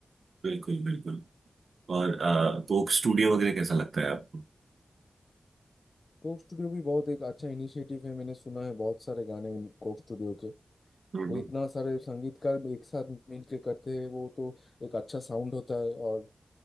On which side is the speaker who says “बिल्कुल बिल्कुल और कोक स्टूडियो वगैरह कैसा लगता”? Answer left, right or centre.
Right